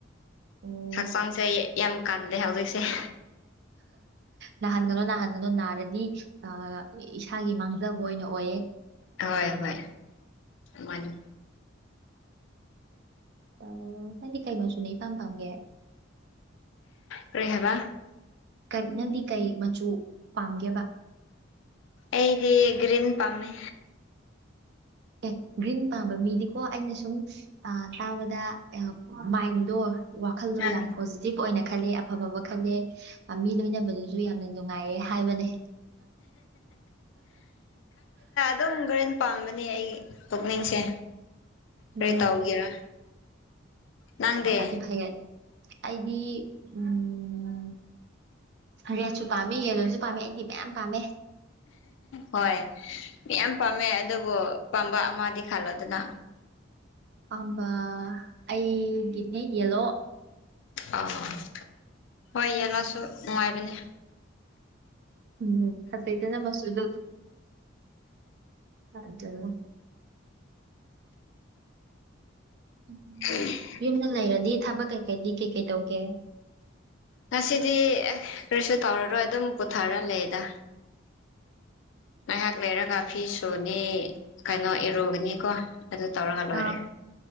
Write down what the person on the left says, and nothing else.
ꯍꯛꯆꯥꯡꯁꯦ ꯌꯥꯝ ꯀꯜꯗ‌ꯦ ꯍꯧꯖꯤꯛꯁꯦ
ꯍꯣꯏ ꯍꯣꯏ ꯃꯥꯅꯤ
ꯀ꯭ꯔꯤ ꯍꯥꯏꯕ
ꯑꯩꯗꯤ ꯒ꯭ꯔꯤꯟ ꯄꯥꯝꯃꯦ
ꯑꯥ
ꯗꯨꯝ ꯒ꯭ꯔꯤꯟ ꯄꯥꯡꯒꯅꯤ ꯑꯩ ꯄꯨꯛꯅꯤꯡꯁꯦ
ꯀꯔꯤ ꯇꯧꯒꯦꯔꯥ ꯅꯪꯗꯤ
ꯍꯣꯏ ꯃꯌꯥꯝ ꯄꯥꯝꯃꯦ ꯑꯗꯨꯕꯨ ꯄꯥꯝꯕ ꯑꯃꯗꯤ ꯈꯜꯂꯣꯗꯅ
ꯑꯥ ꯍꯣꯏ ꯌꯦꯜꯂꯦꯁꯨ ꯅꯨꯉꯥꯏꯕꯅꯤ
<unintelligible>
ꯉꯁꯤꯗꯤ ꯑꯦ ꯀꯔꯤꯁꯨ ꯇꯧꯔꯔꯣꯏ ꯑꯗꯨꯝ ꯄꯣꯊꯔ ꯂꯩꯌꯦꯗ ꯉꯩꯍꯥꯛ ꯂꯩꯔꯒ ꯐꯤ ꯁꯨꯅꯤ ꯀꯩꯅꯣ ꯏꯔꯨꯒꯅꯤꯀꯣ ꯑꯗꯨ ꯇꯧꯔꯒ ꯂꯣꯏꯔꯦ